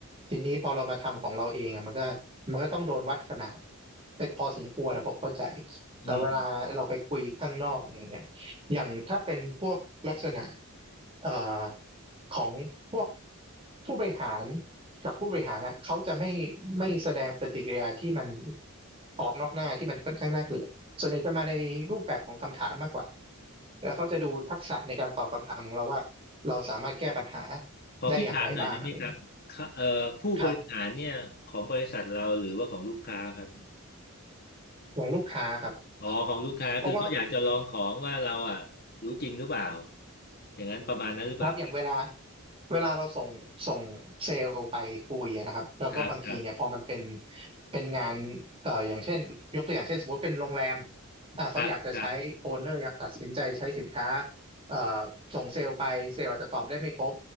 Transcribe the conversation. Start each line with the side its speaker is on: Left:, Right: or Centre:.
Right: ทีนี้พอเรามาทำของเราเองอะมันก็มันก็ต้องโดนวัดขนาดเป็นพอสมควรนะผมเข้าใจ
Left: อืม
Right: แต่เวลาเราไปคุยข้างนอกอย่างเงี้ยอย่างถ้าเป็นพวกลักษณะเอ่อของพวกผู้บริหารกับผู้บริหารนะเขาจะไม่ไม่แสดงปฏิกิริยาที่มันออกนอกหน้าที่มันค่อนข้างน่าเกลียดส่วนใหญ่จะมาในรูปแบบของคำถามมากกว่าแล้วเขาจะดูทักษะในการตอบคำถามของเราว่าเราสามารถแก้ปัญหา
Left: ขอพี่ถามหน่อยได้ไหมครับค่ะเอ่อผู้บริหารเนี่ยของบริษัทเราหรือว่าของลูกค้าครับ
Right: ได้อย่างไรบ้างอะไร ครับของลูกค้าครับ
Left: อ๋อของลูกค้าคือเขาอยากจะลองของว่าเราอ่ะรู้จริงหรือเปล่า
Right: เพราะว่า
Left: อย่างนั้นประมาณนั้นหรือเปล่า
Right: ครับอย่างเวลาเวลาเราส่งส่งเซลล์ไปคุยอะนะครับแล้วก็บางทีเนี่ยพอมันเป็น
Left: ครับครับ
Right: เป็นงานเอ่ออย่างเช่นยกตัวอย่างเช่นสมมุติเป็นโรงแรมอ่าเขาอยากจะใช้โอนเนอร์อยากตัดสินใจใช้สินค้า
Left: ครับครับ
Right: เอ่อส่งเซลล์ไปเซลล์อาจจะตอบได้ไม่ครบ